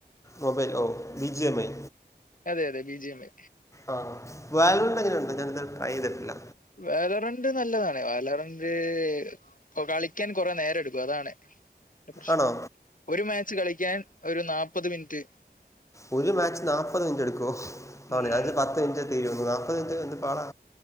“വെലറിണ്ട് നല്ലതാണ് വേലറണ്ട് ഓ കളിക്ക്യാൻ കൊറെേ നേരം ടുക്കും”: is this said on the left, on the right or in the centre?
Left